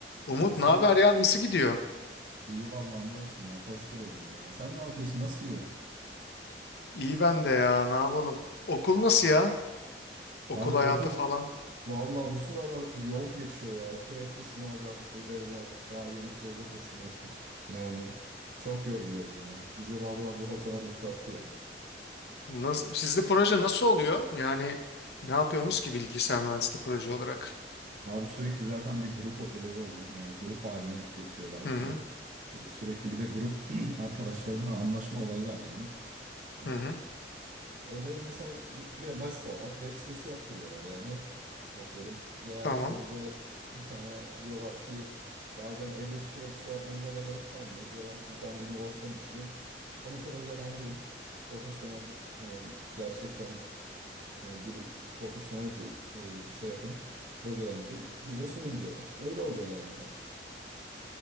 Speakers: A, on the left; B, on the right.
A: Umut
B: Abi selam.
A: ne haber ya nasıl gidiyor?
B: İyi vallahi ne olsun ya koşturuyoruz ya. Sen ne yapıyorsun? Nasıl gidiyor?
A: İyi ben de ya ne yapalım? Okul nasıl ya? Okul
B: Abi
A: hayatı
B: okul
A: falan.
B: vallahi bu sıralar yoğun geçiyor ya. Sürekli sınavlar, ödevler, daha yeni proje teslim ettik. Yani çok yoruluyoruz ya. Bizi vallahi bu hocalar yıprattı ya.
A: Nasıl, sizde proje nasıl oluyor? Yani ne yapıyorsunuz ki bilgisayar mühendisliği proje olarak?
B: Abi sürekli zaten bir grup ödevi oluyor. Yani grup haline getiriyorlar
A: Hı
B: bizi.
A: hı
B: Ee, sürekli bir de grup <clears throat> arkadaşlarınla anlaşma olayı var yani. Ee,
A: hı hı
B: Ödev mesela bir basit olarak web sitesi yaptırıyorlar yani atıyorum. Veya
A: tamam.
B: işte bize bir tane diyorlar ki bazen elle tutulur bir şey yapmamıza da gerek kalmıyor. Diyorlar ki bir tane inovasyon düşünün. Onu projelendirin. Profesyonel e, gerçekten e, bir profesyonelce e, şey yapın. Projelendirin. Bize sunun diyorlar. Öyle oluyor genelde.